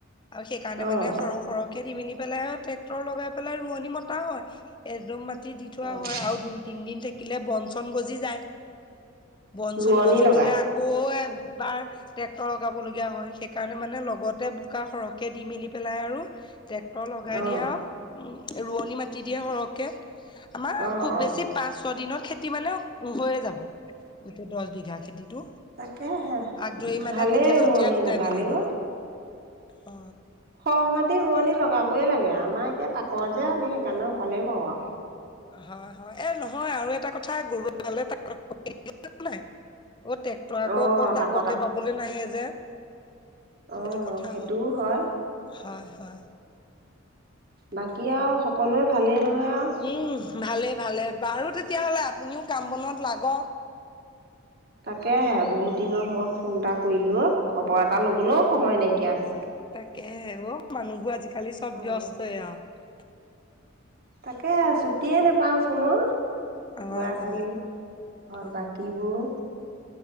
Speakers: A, on the left; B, on the right.
A: আৰু সেইকাৰণে
B: অ',
A: মানে সৰহ সৰহকে দি মেলি পেলাই ট্ৰেক্টৰ লগাই পেলাই ৰোৱনী মতা হয় এযো মাটি দি থোৱা
B: অ',
A: হয় আৰু দুই তিন দিন থাকিলে বঞ্চ বন গজি যায়, বন
B: ৰোৱনী
A: চন -গজি
B: লগাই
A: গলে আকৌ এ বাৰ ট্ৰেক্টৰ লগাব লগীয়া হয়, সেইকাৰণে মানে লগতে বোকা সৰহকে দি মেলি পেলাই আৰু ট্ৰেক্টৰ লগাই
B: অ'।
A: দিয়ে আৰু উ ৰোৱনী মাতি দিয়ে সৰহকে আমাৰ
B: অ',
A: খুব
B: অ',
A: বেছি পাঁচ -ছয় দিনত খেতি মানে হৈয়ে যাব গোটেই দহ বিঘা খেতিতটো
B: তাকেহে
A: আগ ধৰি মানে
B: ভালেই
A: কঠীয়া- চঠীয়া
B: ৰোৱনী
A: গোটাই
B: লগালেও
A: মেলি ললে অ
B: খহ মাটি ৰোৱনী লগাবই লাগে আমাৰ এতিয়া তাকৰ যে আমি সেইকাৰণে অকলেই কওঁ আও
A: হয় হয় এ নহয় আৰু এটা কথা গৰুলে ত <inaudible> অ ট্ৰেক্টৰ আকৌ
B: অ',
A: অকল
B: তাকৰ
A: তাককে বাবলৈ নাহে যে সেইটো
B: আহ
A: কথা
B: সেইটোও হয়।
A: হয় হয়
B: বাকী আও সকলোৱে ভালেই নহয় আৰু
A: উম ভালে ভালে বাৰু তেতিয়াহ'লে আপুনিও কাম বনত লাগক
B: তাকেহে বহুত দিনৰ মূৰত ফোন এটা কৰিলো অ খবৰ এটা লবলৈও সময় নাইকিয়া হৈছে।
A: তাকে অ মানুহবোৰ আজিকালি চব
B: অ',
A: ব্যস্তই আৰু
B: তাকে ছুটিয়ে নোপাওঁ চোন ও লৰা
A: অ
B: ছোৱালী
A: অ
B: ঘৰত
A: অ
B: বাকীবোৰ